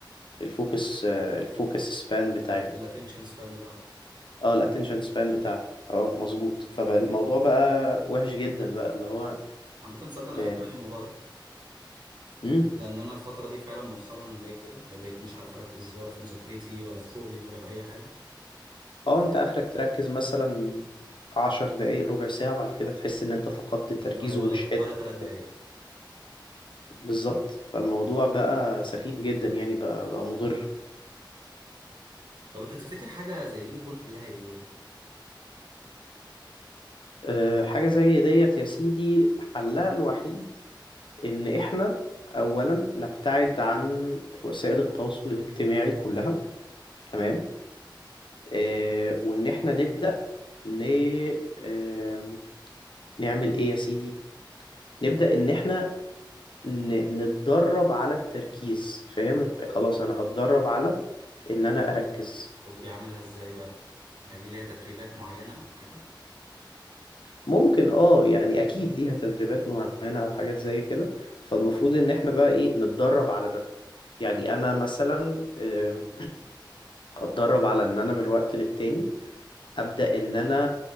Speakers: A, on the left (about 75°); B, on the right (about 60°).
A: الفوكس الفوكس سبان بتاعتنا
B: الاتنشن سبان بتاعته
A: اه الاتنشن سبان
B: مم.
A: بتاعتنا اه مظبوط فالموضوع بقى وحش جدا بقى اللي هو
B: عامة تصدق انا
A: اه
B: خدت بالي من الموضوع ده
A: مم،
B: لان انا الفترة دي فعلا مؤخرا انا بقيت كده ما بقيت مش عارف اركز ولا في مذاكرتي ولا في شغلي ولا في اي حاجة
A: آه، انت اخرك تركز مثلا عشر دقايق ربع ساعة بعد كده تحس ان انت فقدت التركيز
B: والله ولا
A: ومش قادر
B: ولا
A: تركز
B: ثلاث دقايق
A: بالظبط فالموضوع بقى سخيف جدا يعني بقى, بقى مضر
B: طب انت تفتكر حاجة زي دي يكون حلها ايه يعني
A: أه حاجة زي ديت يا سيدي حلها الوحيد إن إحنا أولا نبتعد عن وسائل التواصل الاجتماعي كلها تمام
B: ماشي
A: آه وإن إحنا نبدأ ن... آه نعمل إيه يا سيدي نبدأ إن إحنا ن... نتدرب على التركيز فاهم خلاص أنا هتدرب على إن أنا أركز
B: هو دي عاملها ازاي بقى هل دي ليها تدريبات معينة او حاجة
A: ممكن اه يعني اكيد ليها تدريبات معينة او حاجات زي كده فالمفروض ان احنا بقى ايه نتدرب على ده يعني انا مثلا آم، اتدرب على ان انا من وقت للتاني ابدا ان انا